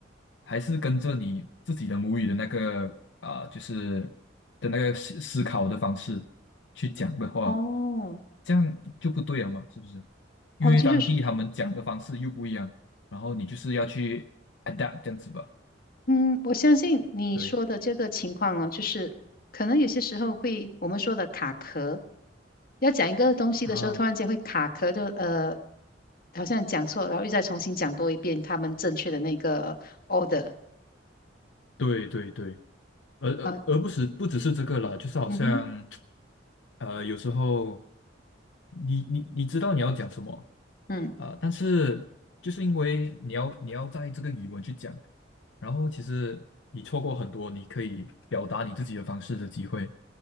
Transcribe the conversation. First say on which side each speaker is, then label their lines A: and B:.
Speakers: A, on the left (about 75°); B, on the left (about 50°).
A: 还是跟着你自己的母语的那个啊，就是的那个思思考的方式去讲的话，
B: 哦，
A: 这样就不对了嘛，是不是？因为当地他们讲的方式又不一样，
B: 哦，就是。
A: 然后你就是要去 adapt 这样子吧。
B: 嗯，我相信你说的这个情况哦，
A: 对
B: 就是可能有些时候会我们说的卡壳，要讲一个东西的时候，
A: 啊，
B: 突然间会卡壳就，呃，好像讲错，然后又再重新讲多一遍他们正确的那个 order
A: 对对对，而而而不是不只是这个啦，
B: 啊，
A: 就是好像，
B: 嗯哼，
A: 呃，有时候你你你知道你要讲什么
B: 嗯，
A: 啊，但是就是因为你要你要在这个语文去讲，然后其实你错过很多你可以表达你自己的方式的机会，